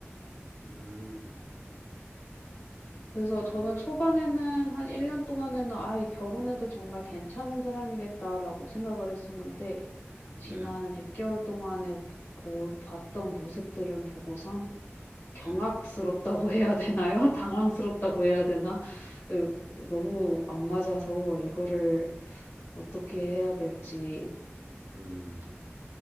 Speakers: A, on the right; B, on the left.
A: 음,
B: 그래서
A: 아,
B: 저는 초반에는 한 1년 동안에는 '아 이 결혼해도 정말 괜찮은 사람이겠다.'라고 생각을 했었는데 지난
A: 네,
B: 6개월 동안에 보- 봤던 모습들을 보고선 경악스럽다고
A: 네.
B: 해야 되나요? <laughs> 당황스럽다고 해야 되나? 너무 안 맞아서 이거를 어떻게 해야 될지.
A: 음,